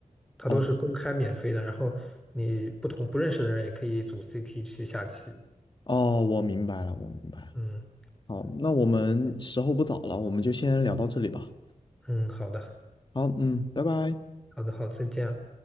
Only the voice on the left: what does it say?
哦
哦，我明白了，我明白了。
好，那我们时候不早了，我们就先聊到这里吧。
好，嗯，拜拜。